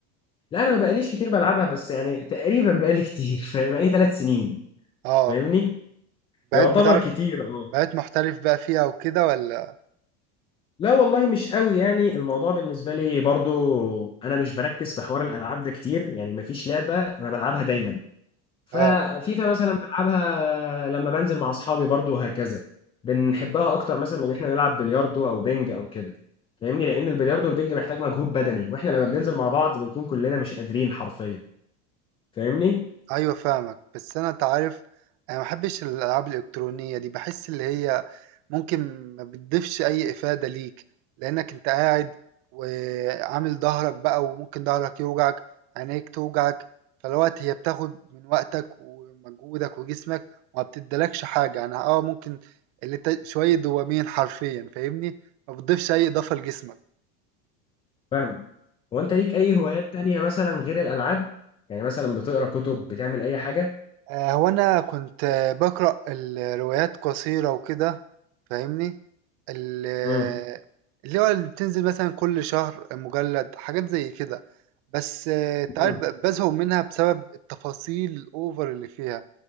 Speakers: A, on the left; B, on the right.
A: لا انا ما بقاليش كتير بلعبها بس يعني تقريبا بقالي كتير فاهم بقالي ثلاث سنين
B: آه.
A: فاهمني
B: بقيت
A: يعتبر
B: بتعرف
A: كتير اه
B: بقيت محترف بقى فيها وكده والّا
A: لا والله مش قوي يعني الموضوع بالنسبه لي برضو انا مش بركز في حوار الالعاب ده كتير يعني ما فيش لعبه انا بلعبها دايما ففيفا
B: آه.
A: مثلا بلعبها لما بنزل مع اصحابي برضو وهكذا بنحبها اكتر مثلا من ان احنا نلعب بلياردو او بينج او كده فاهمني لان
B: إمم.
A: البلياردو والبينج محتاج مجهود بدني واحنا لما بننزل مع بعض بنكون كلنا مش قادرين حرفيا فاهمني
B: ايوه فاهمك بس انا تعرف انا ما بحبش الالعاب الالكترونيه دي بحس اللي هي ممكن ما بتضيفش اي افاده ليك لانك انت قاعد وعامل ظهرك بقى وممكن ظهرك يوجعك عينيك توجعك فالوقت هي بتاخد من وقتك ومجهودك وجسمك وما بتدلكش حاجه يعني اه ممكن اللي انت شويه دوبامين حرفيا فاهمني ما بتضيفش اي اضافه لجسمك
A: فاهم هو انت ليك اي هوايات تانية مثلا غير الالعاب يعني مثلا بتقرا كتب بتعمل اي حاجه
B: آه، هو أنا كنت آه، بقرأ الروايات قصيرة وكده فاهمني ال- آه،
A: امم
B: اللي هو اللي بتنزل مثلا كل شهر مجلد حاجات زي كده بس آه، تعرف
A: امم
B: ب- بزهق منها بسبب التفاصيل الأوفر اللي فيها